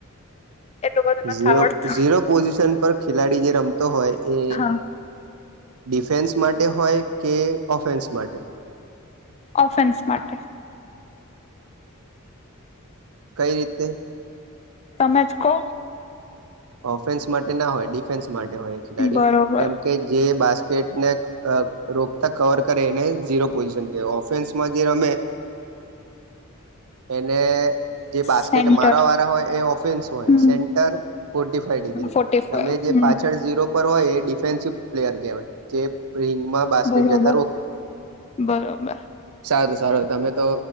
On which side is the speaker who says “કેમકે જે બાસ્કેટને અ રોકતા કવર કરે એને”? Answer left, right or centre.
Right